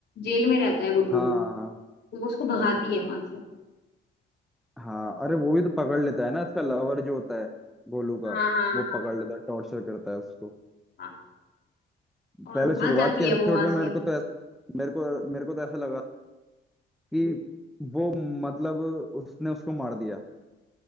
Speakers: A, on the left (about 55°); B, in the centre.
A: जेल में रहता है गुड्डू
B: हाँ
A: तो वो उसको भगाती है वहां से
B: हाँ अरे वो भी तो पकड़ लेता है ना इसका लवर जो होता है गोलू
A: हाँ
B: का
A: हाँ
B: वो
A: हाँ
B: पकड़ लेता है टॉर्चर करता है उसको
A: हाँ, हाँ। और
B: पहले
A: भाग
B: शुरुआत
A: जाती
B: के एपिसोड
A: है वो वहां
B: में
A: से
B: मेरे को तो ऐसा मेरे को मेरे को तो ऐसा लगा कि वो मतलब उसने उसको मार दिया